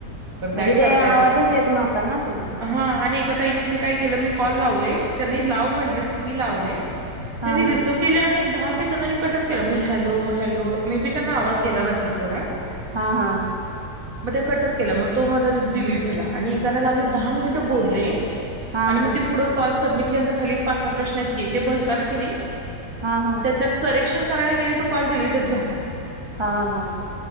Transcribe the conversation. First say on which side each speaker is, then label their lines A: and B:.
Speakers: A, on the right (about 55°); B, on the right (about 30°).
A: पण
B: म्हणजे
A: काय
B: ते
A: करता
B: आवाजच
A: नाही
B: येत नव्हता ना त्यजा
A: हा आणि एका ताईनी तर काय केलं मी कॉल लावले. त्यांनी लाव म्हटले मी लावले
B: हा
A: त्यांनी
B: हा
A: रिसिव्ह केले आणि एक दहाच तर का त्यांनी कटच केला मी हॅलो हॅलो, मे बी त्यांना आवाज गेला नसेल सोडा
B: हा हा
A: मग त्या कटच केल्या मग तो माझा डिलीट झाला. आणि एकाना लावले दहा मिनिट बोलले
B: हा
A: आणि
B: हा
A: मग ते पुढं कॉल सबमिट केल्यानंतर खाली पाच स हा प्रश्न आहेत की ते भरताना की नही
B: हा हा
A: त्याच्यात करेक्शन करायला गेले तो कॉल डिलीटच झाला
B: हा हा